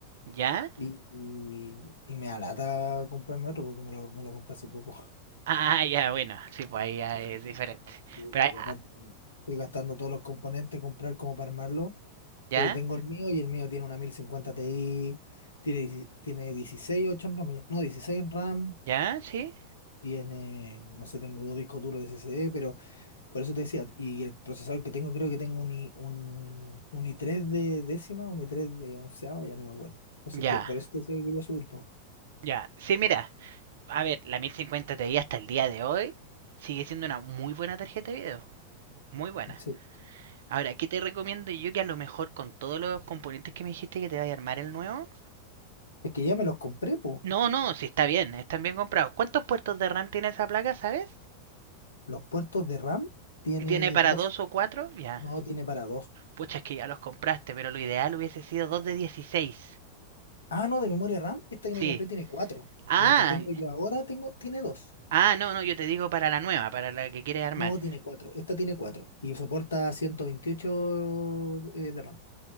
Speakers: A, on the right (about 55°); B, on the left (about 75°).
A: ¿Ya?
B: y, y, y me alata comprarme otro porque me lo, me lo compré hace poco.
A: Ah, ya, bueno. Sí, pues
B: <laughs>
A: ahí ya
B: Entonces,
A: es diferente.
B: sí,
A: Pero ahí-
B: Y aparte mm, estoy gastando todos los componentes, comprar como para armarlo.
A: ¿ya?
B: Pues yo tengo el mío y el mío tiene una mil cincuenta Ti, tiene, 16 tiene 16 8 en RAM, no, 16 en RAM,
A: ¿Ya? ¿Sí?
B: tiene, no sé, tengo dos discos duros de SSD, pero Por eso te decía, y el procesador que tengo, creo que tengo un, i- un, un i3 de décima, un i3 de onceava, ya no me acuerdo. Entonces,
A: Ya.
B: que por eso te decía que quería subir todo.
A: Ya. Sí, mira. A ver, la 1050 Ti hasta el día de hoy sigue siendo una muy buena tarjeta de video. Muy buena.
B: Sí.
A: Ahora, ¿qué te recomiendo yo que a lo mejor con todos los componentes que me dijiste que te vaya a armar el nuevo?
B: Es que ya me los compré, po.
A: No, no, sí está bien, están bien comprados. ¿Cuántos puertos de RAM tiene esa placa, sabes?
B: Los puertos de RAM tiene
A: ¿Que tiene para
B: dos,
A: dos o cuatro? Ya.
B: no tiene para dos.
A: Pucha, es que ya los compraste, pero lo ideal hubiese sido 2 de 16.
B: Ah, no, de memoria RAM, esta que
A: Sí.
B: me compré tiene cuatro.
A: Ah,
B: La que tengo yo ahora tengo, tiene dos.
A: ah, no, no, yo te digo para la nueva, para la que quieres armar.
B: No, tiene cuatro. Esta tiene cuatro. Y soporta 128 eh, de RAM.